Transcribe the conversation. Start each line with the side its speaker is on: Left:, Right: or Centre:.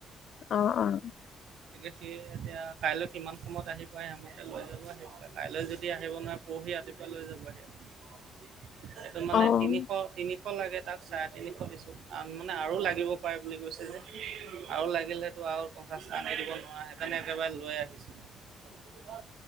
Left: অহ - অহ
Right: সেয়ে এতিয়া কাইলৈ কিমান সময়ত আহিব পায় আহিমতে লৈ যাব আহি পেলাই কাইলৈ যদি আহিব নোৱাৰে পৰহি ৰাতিপুৱা লৈ যাব আহি। <unintelligible> এইটো মানে
Left: অ',
Right: তিনিশ তিনি। শ লাগে তাক চাৰে তিনিশ দিছো মানে আৰু লাগিব পাৰে বুলি কৈছে যে আৰু লাগিব পাৰে বুলি কৈছিলোঁ আৰু লাগিলেতো আৰু পঞ্চাশটা আনি দিব নোৱাৰা সেইকাৰণে একেবাৰে লৈ আহিছো।